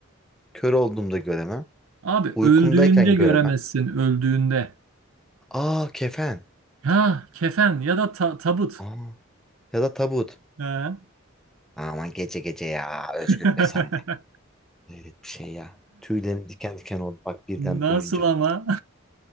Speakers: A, in the centre; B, on the right.
A: Kör olduğumda göremem.
B: Abi
A: Uykumdayken
B: öldüğünde göremezsin
A: göremem.
B: öldüğünde.
A: Aa kefen.
B: Ha kefen ya da ta- tabut.
A: Aa, ya da tabut.
B: Ha.
A: Aman gece gece ya Özgür
B: <laughs>
A: be sen de. Evet bir şey ya. Tüylerim diken diken oldu bak birden
B: Nasıl
A: duyunca.
B: ama?